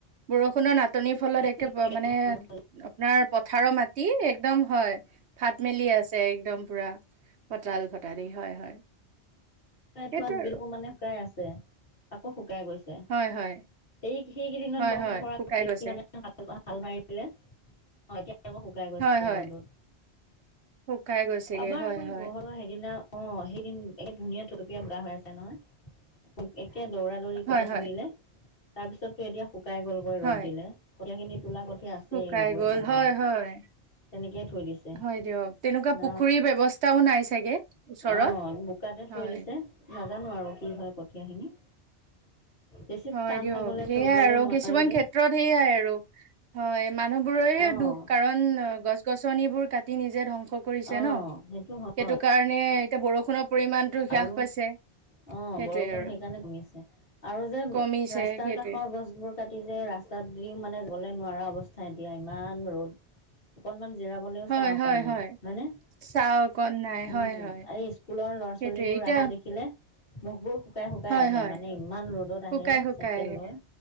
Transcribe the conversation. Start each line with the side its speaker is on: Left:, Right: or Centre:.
Right: বৰষুণৰ নচ নাটনিৰ ফলত একে
Left: ধান শুকাই
Right: মানে আপোনাৰ পথাৰৰ মাটি একদম হয়। ফাট মেলি আছে একদম পুৰা। কঠাল ফটাদি হয় হয়
Left: শুকাই
Right: সেইটো
Left: থোৱা
Right: আৰু
Left: বিলবোৰ মানে শুকাই আছে আকৌ শুকাই গৈছে।
Right: হয় হয়
Left: এই সেইকেইদিনত
Right: হয়
Left: বৰষুণ
Right: হয়
Left: পৰা
Right: শুকাই
Left: দেখি
Right: গৈছে
Left: মানে হাল হাল মাৰি দিলে। অ এতিয়া আকৌ শুকাই গৈছে
Right: হয় হয়
Left: ৰ'দত।
Right: শুকাই গৈছেগে
Left: আমাৰ
Right: হয়,
Left: আকৌ এই
Right: হয়,
Left: বৰহণৰ সেইদিনা। অ সেইদিন একে ধুনীয়া থলপীয়া বা হৈ আছে নহয়। একে দৌৰা দৌৰি কঠিয়া
Right: হয়,
Left: তুলিলে
Right: হয়,
Left: তাৰপিছতো এতিয়া শুকাই গলগৈ ৰ'দ
Right: হয়,
Left: দিলে কঠিয়া খিনিত তোলা কঠিয়া আছেই
Right: শুকাই
Left: ৰুবই
Right: গ'ল
Left: পৰা
Right: হয়,
Left: নাই।
Right: হয়,
Left: তেনেকেই থৈ দিছে
Right: হয়, দিয়ক তেনেকুৱা
Left: ন
Right: পুখুৰীৰ ব্যৱস্থাও নাই চাগে ওচৰত
Left: অ বোকা তাতে
Right: হয়,
Left: থৈ দিছে নাজানো আৰু কি হয় কঠীয়াখিনি। বেছি
Right: হয়
Left: টান
Right: দিয়ক
Left: হৈ গ'লে
Right: সেইয়াই
Left: ৰুবলেও
Right: আৰু
Left: নোৱাৰি
Right: কিছুমান
Left: যে
Right: ক্ষেত্ৰত সেইয়াই আৰু। হয় মানুহ বোৰৰে
Left: অ
Right: দুখ কাৰণ অ গছ গছনিবোৰ কাটি নিজে ধ্বংস কৰিছে
Left: অ',
Right: ন
Left: হয়
Right: সেইটো কাৰণে এতিয়া বৰষুণৰ। পৰিমাণটো হ্ৰাস
Left: আৰু
Right: পাইছে
Left: অ
Right: সেইটোৱে
Left: বৰষুণ
Right: আৰু
Left: সেইকাৰণে কমিছে আৰু যে
Right: কমিছে
Left: ৰাস্তাৰ
Right: সেইটোৱে
Left: কাষৰ গছবোৰ কাটি যে ৰাস্তাত দিও মানে যলে নোৱাৰা অৱস্থা দিয়া ইমান ৰ'দ অকনমান জিৰাবলৈও
Right: হয়,
Left: চা অকণ
Right: হয়,
Left: নাই
Right: হয়,
Left: হয়নে। উম
Right: চাহ অকণ নাই হয়, হয়,
Left: আৰু স্কুলৰ ল'ৰা
Right: সেইটোৱে
Left: ছোৱালী। বোৰ
Right: এতিয়া
Left: অহা দেখিলে মুখবোৰ শুকাই শুকাই
Right: হয়,
Left: আহে
Right: হয়,
Left: মানে ইমান ৰ'দত আহে
Right: শুকাই শুকাই
Left: চাইকেল
Right: আহে
Left: লৈ।